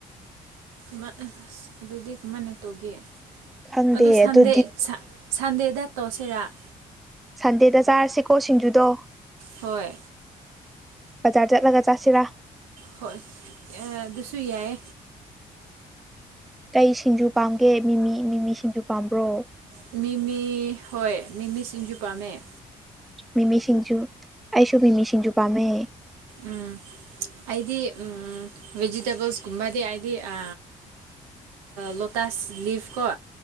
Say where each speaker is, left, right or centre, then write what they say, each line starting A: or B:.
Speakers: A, on the right (about 85°); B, in the centre.
A: ꯃ ꯑ ꯑꯗꯨꯗꯤ ꯀꯃꯥꯏꯅ ꯇꯧꯒꯦ
B: ꯈꯪꯗꯦ
A: ꯑꯗꯨ ꯁꯟꯗꯦ
B: ꯇ
A: ꯁꯟꯗꯦꯗ ꯇꯣꯁꯤꯔꯥ
B: ꯁꯟꯗꯦꯗ ꯆꯥꯔꯁꯤꯀꯣ ꯁꯤꯡꯖꯨꯗꯣ
A: ꯍꯣꯏ
B: ꯕꯥꯖꯔ ꯆꯠꯂꯒ ꯆꯥꯁꯦꯔ
A: ꯍꯣꯏ ꯑꯗꯨꯁꯨ ꯌꯥꯏ
B: ꯀꯩ ꯁꯤꯡꯖꯨ ꯄꯥꯝꯒꯦ ꯃꯤꯃꯤ ꯃꯤꯃꯤ ꯁꯤꯡꯖꯨ ꯄꯥꯝꯕ꯭ꯔꯣ
A: ꯃꯤꯃꯤ ꯍꯣꯏ ꯃꯤꯃꯤ ꯁꯤꯖꯣꯄꯥꯃꯦ
B: ꯃꯤꯃꯤ ꯁꯤꯁꯤꯡꯖꯨ ꯑꯩꯁꯨꯣ ꯃꯤꯃꯤ ꯁꯤꯡꯖꯨ ꯄꯝꯦ
A: ꯎꯝ ꯑꯩꯗꯤ ꯚꯦꯖꯤꯇꯦꯕꯜꯁꯀꯨꯝꯕꯗꯤ ꯍꯥꯏꯗꯤ ꯑ ꯂꯣꯇꯥꯥꯁ ꯂꯤꯚ ꯀ